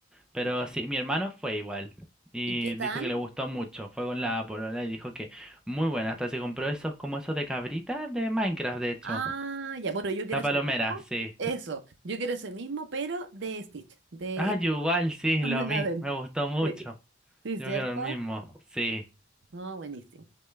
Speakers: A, in the centre; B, on the right.
A: Pero
B: Ya.
A: sí, mi hermano fue igual y
B: ¿Y qué tal?
A: dijo que le gustó mucho. Fue con la polola y dijo que muy buena. Hasta se compró esos como esos de cabrita de Minecraft, de hecho.
B: Ah, ya, bueno, yo quiero
A: La
B: ese
A: palomera,
B: mismo.
A: sí.
B: Eso, yo quiero ese mismo, pero de Stitch, de,
A: Ah, yo igual, sí,
B: <laughs> de
A: lo
B: la
A: vi.
B: del.
A: Me gustó mucho.
B: Sí, sí,
A: Yo
B: ¿cierto?
A: quiero el mismo. Sí,
B: No, buenísimo.